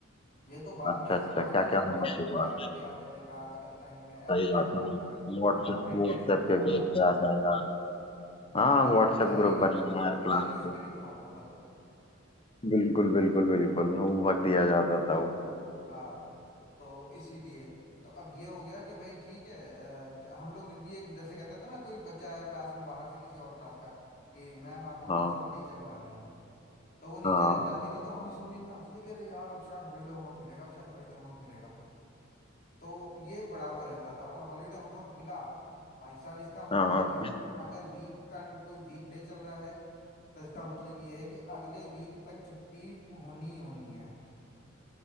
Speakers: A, on the left (about 50°); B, on the left (about 30°).
A: ये तो बाद
B: अच्छा
A: में ये
B: अच्छा
A: सब आ गया
B: क्या
A: कि
B: क्या
A: हाँ
B: होमवर्क
A: भाई सबको
B: हुआ
A: ऐप पे आ जाएगा आजकल टाइम में ऐप
B: सही
A: पे
B: बात
A: आ जाएगा
B: है व्हाट्सएप
A: या प्रिंटेड
B: व्हाट्सएप
A: मिल जाएगा
B: के ग्रुप पे आ जाएगा हाँ
A: पहले
B: व्हाट्सएप
A: तो डायरी
B: ग्रुप
A: मिलती
B: बनना
A: थी स्कूल
B: यार
A: डायरी
B: क्लास
A: उसमें लिखना होता था सब
B: बिल्कुल बिल्कुल बिल्कुल होमवर्क दिया जाता था वो
A: हाँ तो इसीलिए तो अब ये हो गया कि भाई ठीक है अ, ज- हम लोग जब भी एक जैसे कहते थे ना कोई बच्चा आया क्लास में बाहर से किसी और क्लास का कि मैम आपको प्रिंसिपल
B: हाँ
A: नीचे बुला रही हैं तो वो नीचे
B: हाँ
A: जब जाती थी तो हम इस उम्मीद में आते थे कि अरे यार अब शायद हॉलीडे होमवर्क मिलेगा अब शायद हॉलीडे होमवर्क मिलेगा तो ये बड़ा वो रहता था और हॉलीडे होमवर्क मिला भाई साहब इसका मतलब
B: हाँ
A: ये है कि अगर वीक का कोई वीकडे चल रहा है तो इसका मतलब ये है कि अगले वीक तक छुट्टी होनी ही होनी है